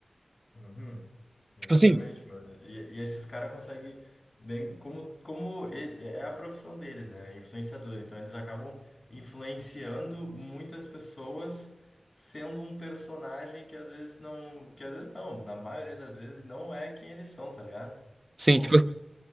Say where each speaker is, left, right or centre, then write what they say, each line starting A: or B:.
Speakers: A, on the left (about 50°); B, on the right (about 30°).
A: Uhum. Exatamente,
B: Tipo assim,
A: mano. E, e esses caras conseguem bem, como, como e- é a profissão deles, né? É Influenciador. Então eles acabam influenciando muitas pessoas sendo um personagem que às vezes não, que às vezes não, na maioria das vezes não é quem eles são, tá ligado?
B: sim,
A: Pô,
B: tipo,